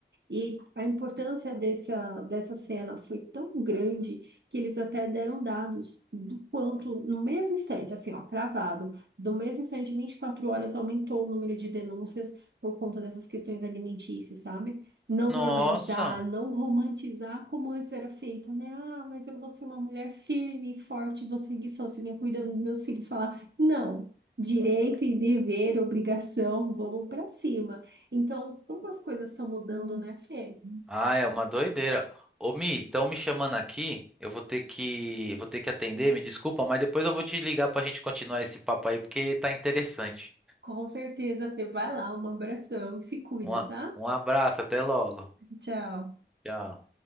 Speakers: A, on the right (about 70°); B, in the centre.
A: E a importância dessa, dessa cena foi tão grande que eles até deram dados do quanto, no mesmo instante, assim, ó, cravado, do mesmo instante, em 24 horas, aumentou o número de denúncias por conta dessas questões alimentícias, sabe? Não
B: Nossa.
A: normalizar, não romantizar como antes era feito, né? Ah, mas eu vou ser uma mulher firme, forte, vou seguir sozinha, cuidando dos meus filhos, falar, não. Direito e dever, obrigação, vamos para cima. Então, como as coisas estão mudando, né, Fê?
B: Ah, é uma doideira. Ô, Mi, estão me chamando aqui. Eu vou ter que, eu vou ter que atender, me desculpa, mas depois eu vou te ligar pra gente continuar esse papo aí, porque tá interessante.
A: Com certeza, Fê, vai lá, um abração, se cuida,
B: Um, a-
A: tá?
B: um abraço, até logo.
A: Tchau.
B: Tchau.